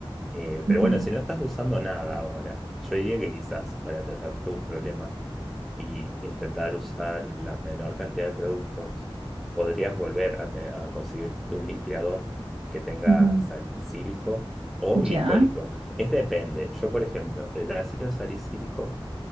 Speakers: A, in the centre; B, on the right.
A: Eh,
B: Ujú,
A: pero bueno, si no estás usando nada ahora, yo diría que quizás para tratar tu problema y intentar usar la menor cantidad de productos, podrías volver a, te- a conseguirte un limpiador que tenga
B: ujú.
A: salicílico o glicólico.
B: Ya,
A: Es depende. Yo, por ejemplo, el ácido salicílico